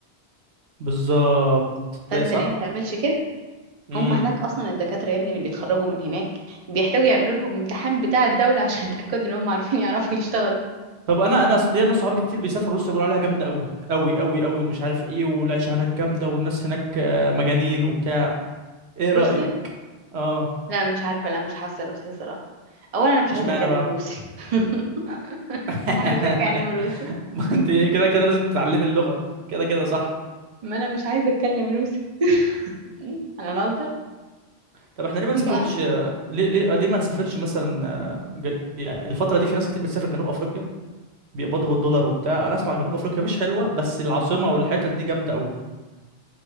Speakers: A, on the right; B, on the right.
A: بالظبط ده
B: فانت
A: صح
B: ليه ما تعملش كده
A: امم
B: هم هناك اصلا الدكاتره يا ابني اللي بيتخرجوا من هناك بيحتاجوا يعملوا لهم امتحان بتاع الدوله <laughs> عشان يتاكدوا ان هم عارفين يعرفوا يشتغلوا
A: طب انا انا ليا ناس صحابي كتير بيسافروا روسيا بيقولوا عليها جامده قوي قوي قوي قوي ومش عارف ايه والعيشه هناك جامده والناس هناك آه، مجانين وبتاع ايه رايك
B: روسيا
A: اه
B: لا مش عارفه لا مش حاسه روسيا صراحه اولا انا مش
A: اشمعنى
B: عايزه اتكلم
A: بقى
B: روسي <laughs>
A: <laughs>
B: انا مش هتكلم روسي
A: ما انت كده كده لازم تتعلمي اللغه كده كده صح
B: ما انا مش عايزه اتكلم روسي م? انا انظر
A: طب احنا ليه ما
B: دي
A: نسافرش
B: بقى
A: ليه ليه ليه ما نسافرش مثلا آه، ج- يعني الفترة دي في ناس كتير بتسافر جنوب افريقيا بيقبضوا بالدولار وبتاع انا اسمع جنوب افريقيا مش حلوة بس العاصمة والحتت دي جامدة قوي